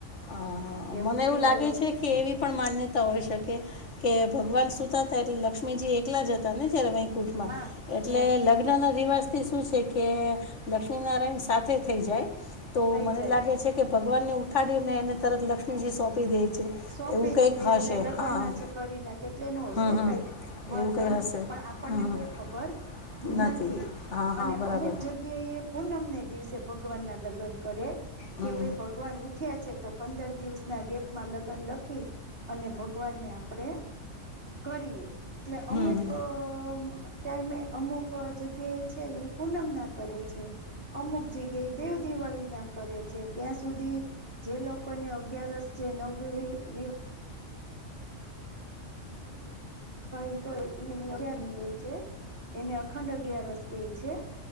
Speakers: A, on the left; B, on the right.
A: હ
B: કે
A: મને
B: ઉઠીને
A: એવું લાગે
B: હવે
A: છે, કે એવી પણ માન્યતા હોઈ શકે કે ભગવાન સુતાતા એટલે લક્ષ્મીજી એકલા જ હતા ને જ્યારે કુટમાં
B: હા
A: એટલે
B: એમ
A: લગ્ન રિવાસથી શું છે કે, લક્ષ્મીનારાયણ સાથે થઈ જાય તો
B: થઈ
A: મને
B: જાય
A: લાગે છે કે ભગવાનને ઉઠાડીને એને તરત લક્ષ્મીજી સોંપી દે છે
B: સોંપી
A: એવું
B: દે
A: કંઈક
B: છે
A: હશે
B: એટલે લગ્ન
A: હા
B: જ કરીને કે એટલે એનું હશે
A: હં હં
B: કંઈક મહત્તમ
A: એવું કંઈ હશે
B: પણ આપણને
A: હં
B: બઉ ખબર
A: હં
B: નથી
A: હા હા
B: અને
A: બરાબર
B: અમુક જગ્યાએ પૂનમને દિવસે ભગવાનના લગ્ન કરે
A: હં
B: કે, ભાઈ ભગવાન ઉઠ્યા છે તો પંદર દિવસ ના ગેપમાં લગભગ ગન લખી અને ભગવાનને આપડે કરીએ. એટલે
A: હં
B: અમુક
A: હં
B: અ ટાઈમે અમુક ક જગ્યાએ છે ઈ પૂનમના કરે છે. અમુક જગ્યાએ દેવ દિવાળીના કરે છે. ત્યાં સુધી જે લોકોને અગિયારસ જે નવ વિવિ વિવિ હા ઈ તો એની અગિયારની લે છે એને અખંડ અગિયારસ કે છે.